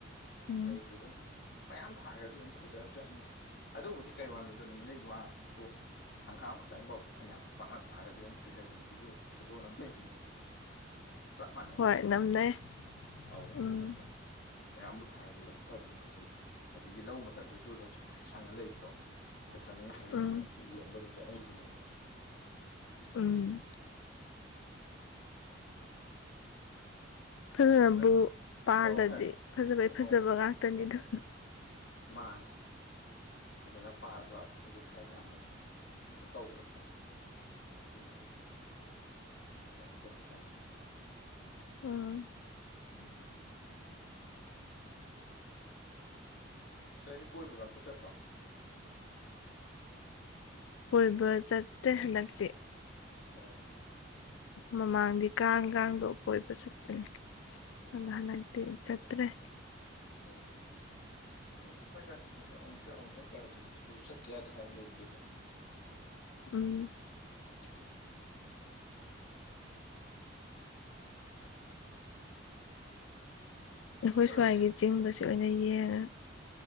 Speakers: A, on the left; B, on the left.
A: ꯎꯝ
B: ꯏꯔꯁꯦ ꯑꯗꯨꯝ ꯃꯌꯥꯝ ꯊꯥꯈ꯭ꯔꯗꯤ ꯑꯗꯨꯝ ꯐꯖꯕꯖꯥꯠꯅꯤꯗꯣ ꯑꯗꯨꯕꯨꯗꯤ ꯀꯩ ꯋꯥꯜꯗꯨꯗ ꯅꯨꯠ ꯂꯩꯩ ꯋꯥꯡꯉ ꯁꯨ ꯇꯣꯛꯑ ꯍꯪꯒꯥꯝ ꯈꯛꯇꯪꯐꯥꯎꯗꯣ ꯐꯅꯌꯥꯝ ꯄꯥꯛꯅ ꯇꯥꯔꯒꯗꯤ ꯑꯗꯨꯝ ꯐꯖꯗꯅ ꯕꯤꯗꯤꯑꯣ ꯐꯣꯇꯣꯅ ꯂꯩꯗꯨꯅꯦ ꯑꯗꯣ ꯆꯞ ꯃꯥꯟꯅꯩ
A: ꯍꯣꯏ
B: ꯌꯨꯒꯥꯗꯨꯝ
A: ꯅꯝꯅꯩ
B: ꯑꯧ ꯑꯗꯨꯅ
A: ꯎꯝ
B: ꯑꯗꯨꯝ ꯃꯌꯥꯝꯕꯨ ꯊꯥꯔꯗꯤ ꯂꫭꯏꯅ ꯏꯐꯥꯗ ꯑꯗꯨꯝ ꯐꯖꯩꯗ ꯑꯗꯨꯗꯒꯤ ꯂꯧ ꯃꯇꯝꯗꯁꯨ ꯑꯗꯨꯝ ꯁꯛꯇꯦꯛ ꯁꯪꯉ ꯂꯩꯕꯗꯣ ꯐꯖꯕꯅꯦ ꯑꯗꯨꯅꯩ
A: ꯎꯝ
B: ꯊꯑꫭꯏꯀꯤ ꯌꯦꯡꯕ ꯑꯗꯨꯝ ꯆꯠꯅꯔꯩꯁꯤꯅꯦꯕ
A: ꯎꯝ
B: <unintelligible>
A: ꯐꯖꯅꯕꯨ
B: ꯑꯗꯣ ꯁꯤꯁꯇꯔ
A: ꯄꯥꯜꯂꯗꯤ
B: ꯑꯧ ꯍꯥꯏ
A: ꯐꯖꯕꯒꯤ
B: ꯑꯃꯨꯛ
A: ꯐꯖꯕ ꯉꯥꯛꯇꯅꯤꯗ
B: ꯃꯥꯅꯦ ꯐꯖꯅ ꯄꯥꯜꯂꯕ ꯈꯗꯤ ꯈꯔ ꯌꯥꯝꯅ ꯀꯩꯅꯣ ꯇꯧꯈ꯭ꯔꯕ ꯑꯗꯨ ꯑꫭꯏꯔꯒꯗꯤ ꯑꯗꯥꯏ ꯇꯧꯕ ꯖꯥꯠꯅꯤ
A: ꯎꯝ
B: <unintelligible> ꯁꯤꯁꯇꯔꯗꯤ ꯀꯣꯏꯕꯒ ꯑꯝꯇ ꯆꯠꯇ꯭ꯔꯣ
A: ꯀꯣꯏꯕ ꯆꯠꯇꯦ ꯍꯥꯟꯗꯛꯇꯤ
B: ꯑꯣ
A: ꯃꯃꯥꯡꯗꯤ ꯀꯥꯡ ꯀꯥꯡꯗꯣ ꯀꯣꯏꯕ ꯆꯠꯄꯅꯦ
B: ꯑꯣ
A: ꯑꯗꯣ ꯍꯟꯗꯛꯇꯤ ꯆꯠ ꯇ꯭ꯔꯦ
B: ꯑꯣ ꯑꯣꯀꯦ ꯑꯣꯀꯦ ꯍꯣꯏꯗ ꯀꯩꯁꯨ ꯑꯃꯨꯛ ꯆꯠ ꯑꯃꯨꯛ ꯆꯠꯇꯥꯗꯨꯅꯤꯗ ꯀꯩꯁꯨ ꯆꯠꯇ ꯌꯥꯗꯦ ꯍꯥꯏꯕ ꯂꯩꯇꯦꯗ
A: ꯎꯝ
B: ꯑꯗꯨꯅ
A: ꯑꯩꯈꯣꯏ
B: ꯑꯁ
A: ꯁ꯭ꯋꯥꯏꯒꯤ ꯆꯤꯡꯕꯁꯦ ꯑꯣꯏꯅ ꯌꯦꯡꯉ